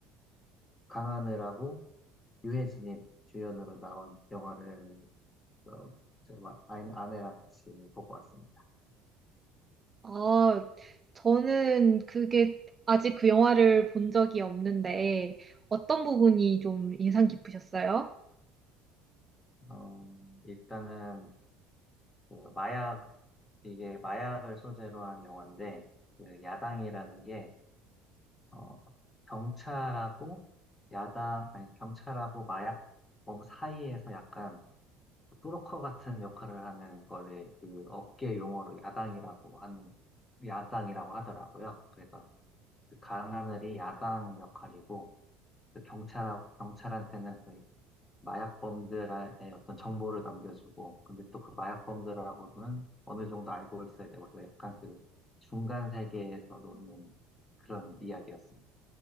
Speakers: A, on the left (about 20°); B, on the right (about 25°).
A: 강하늘하고 유해진이 주연으로 나온 영화를 어, 제 와- 아내- 아내랑 같이 보고 왔습니다.
B: 아, 저는 그게 아직 그 영화를 본 적이 없는데 어떤 부분이 좀 인상 깊으셨어요?
A: 어, 일단은 그 마약 이게 마약을 소재로 한 영화인데 그 야당이라는 게 어, 경찰하고 야당, 아니, 경찰하고 마약범 사이에서 약간 브로커 같은 역할을 하는 거를 그 업계 용어로 야당이라고 하는, 야당이라고 하더라고요. 그래서 그 강하늘이 야당 역할이고, 그 경찰하고, 경찰한테는 그 마약범들의 어떤 정보를 넘겨주고, 근데 또 그 마약범들하고는 어느 정도 알고 있어야 되고, 그래서 약간 그 중간 세계에서 노는 그런 이야기였습니다.